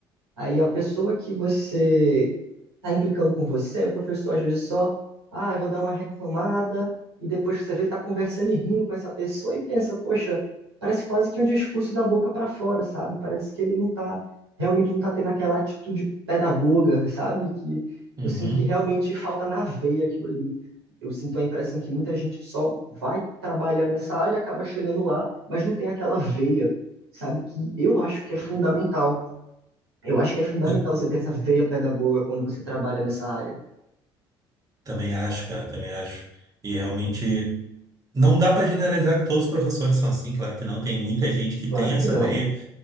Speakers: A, on the right; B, on the right.
A: Aí a pessoa que você está implicando com você, o professor às vezes só, ah, eu vou dar uma reclamada, e depois que você vê, está conversando e rindo com essa pessoa e pensa, poxa, parece quase que um discurso da boca para fora, sabe? Parece que ele não está, realmente não está tendo aquela atitude pedagoga, sabe? Que
B: Uhum.
A: eu sinto que realmente falta na veia aquilo ali. Eu sinto a impressão que muita gente só vai trabalhar nessa área, acaba chegando lá, mas não tem aquela veia, sabe? Que eu acho que é fundamental. Eu acho que é fundamental
B: Ta-
A: você ter essa veia pedagoga quando você trabalha nessa área.
B: Também acho, cara, também acho. E realmente não dá para generalizar que todos os professores são assim, claro que não. Tem muita gente que tem
A: Claro
B: essa
A: que não.
B: veia